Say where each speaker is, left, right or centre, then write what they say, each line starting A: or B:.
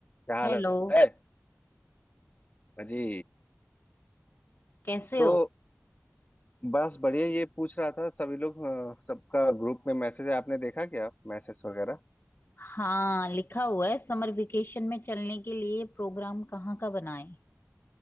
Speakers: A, on the left; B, on the left.
A: क्या हाल
B: हेलो
A: है अजी
B: कैसे
A: तो
B: हो
A: बस बढ़िया ये पूछ रहा था सभी लोग अ, सबका ग्रुप में मैसेज है आपने देखा क्या मैसेज वगैरह
B: हाँ लिखा हुआ है समर वेकेशन में चलने के लिए प्रोग्राम कहाँ का बनाएं